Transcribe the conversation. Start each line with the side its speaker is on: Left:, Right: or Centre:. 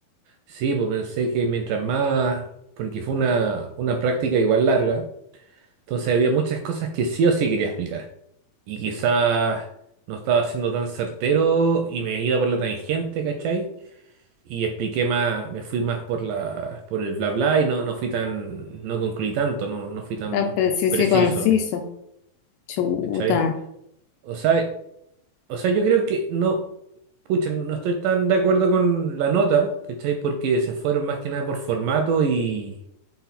Right: Sí, pues pensé que mientras más, porque fue una, una práctica igual larga, entonces había muchas cosas que sí o sí quería explicar. Y quizás no estaba siendo tan certero y me iba por la tangente, ¿cachai? Y expliqué más, me fui más por la, por el bla bla y no, no fui tan, no concluí tanto, no, no fui tan
Left: tan preciso
Right: preciso,
Left: y conciso. Chuta.
Right: ¿cachai? O sea, o sea, yo creo que no, pucha, no estoy tan de acuerdo con la nota, ¿cachai? Porque se fueron más que nada por formato y